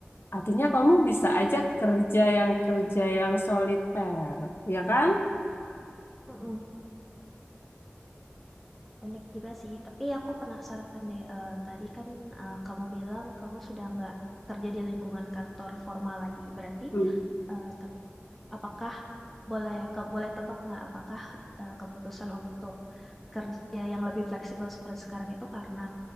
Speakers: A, on the left (about 60°); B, in the centre.
A: Artinya kamu bisa aja kerja yang kerja yang soliter, ya kan?
B: Mm-mm. Unik juga sih. Tapi aku penasaran deh. eh, tadi kan eh, kamu bilang kamu sudah nggak kerja di lingkungan kantor formal lagi. Berarti,
A: Hmm.
B: eh, tep- apakah boleh ke- boleh tebak nggak? Apakah eh, keputusan untuk kerja yang lebih fleksibel seperti sekarang itu karena